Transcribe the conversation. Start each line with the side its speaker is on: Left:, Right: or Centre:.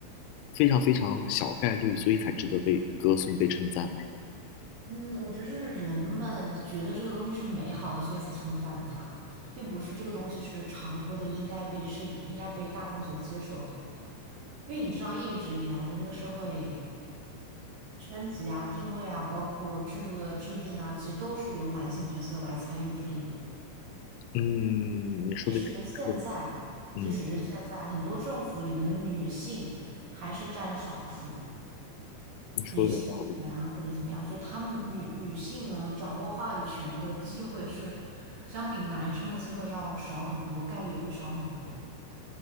Left: 非常非常小概率，所以才值得被歌颂、被称赞吗？
Right: 嗯，我觉得是人们觉得这个东西是美好的，所以才称赞它，并不是这个东西是常规的，应该被是应该被大众所接受的。因为你知道，一直以来的那个社会圈级啊、定位啊，包括制度的制定啊，其实都是由男性角色来参与制定的。
Left: 嗯，你说的是，
Right: 即使是现在，
Left: 是的嗯，
Right: 即使是现在，很多政府里面的女性还是占少数，
Left: 你说的有道理。
Right: 女性议员啊或者怎么样，就是她们女女性能掌握话语权的机会是相比男生的机会要少很多，概率也会少很多。